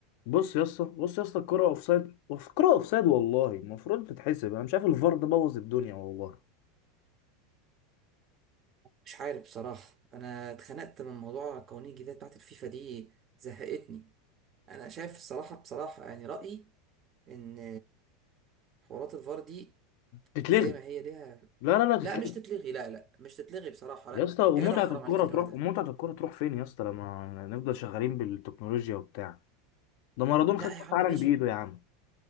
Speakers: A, on the left; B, on the right.
A: بص يا اسطى بص يا اسطى الكرة اوفسايد الكرة اوفسايد والله المفروض تتحسب انا مش عارف الفار ده بوظ الدنيا والله
B: مش عارف بصراحة أنا اتخنقت من موضوع قوانين الجديدة بتاعت الفيفا دي زهقتني أنا شايف الصراحة بصراحة يعني رأيي إن حوارات الفار دي
A: تتلغي
B: زي ما هي ليها
A: لا لا لا
B: لا
A: تتلغي
B: مش تتلغي لا لا مش تتلغي بصراحة لا
A: يا اسطى ومتعة
B: يا جدع حرام
A: الكرة
B: عليك يا
A: تروح
B: راجل ده
A: ومتعة الكرة تروح فين يا اسطى لما نفضل شغالين بالتكنولوجيا وبتاع ده مارادونا
B: لا
A: خد كأس
B: يا عم
A: عالم
B: ماشي
A: بإيده يا عم